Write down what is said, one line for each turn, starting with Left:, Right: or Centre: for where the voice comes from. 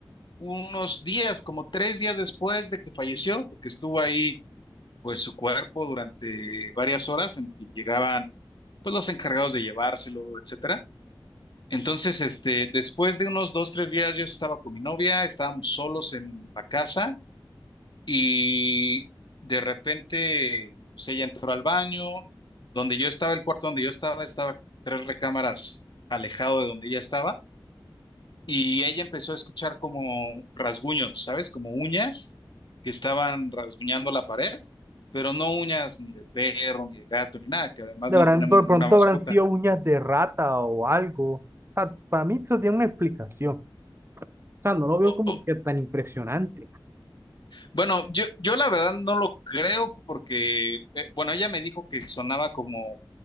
Left: Unos días, como tres días después de que falleció, porque estuvo ahí, pues su cuerpo durante varias horas en que llegaban, pues los encargados de llevárselo, etcétera. Entonces, este, después de unos dos, tres días, yo estaba con mi novia, estábamos solos en la casa y de repente, pues ella entró al baño, donde yo estaba, el cuarto donde yo estaba, estaba como tres recámaras alejado de donde ella estaba. Y ella empezó a escuchar como rasguños, ¿sabes? Como uñas que estaban rasguñando la pared, pero no uñas ni de perro, ni de gato, ni nada, que además
Right: De
Left: no
Right: verdad,
Left: tenemos
Right: de
Left: ninguna
Right: pronto
Left: mascota.
Right: habrán sido uñas de rata o algo. O sea, para mí eso tiene una explicación. O sea, no lo veo
Left: O-
Right: como
Left: o-
Right: que tan impresionante.
Left: Bueno, yo, yo la verdad no lo creo porque, eh, bueno, ella me dijo que sonaba como,